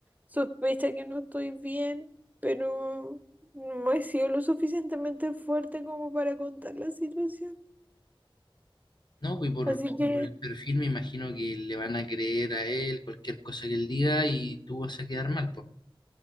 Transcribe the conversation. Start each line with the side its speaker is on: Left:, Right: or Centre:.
Right: sospecha que no estoy bien, pero no he sido lo suficientemente fuerte como para contar la situación.
Left: No, y por,
Right: Así
Left: y
Right: que...
Left: por el perfil me imagino que le van a creer a él cualquier cosa que él diga y tú vas a quedar mal, pues.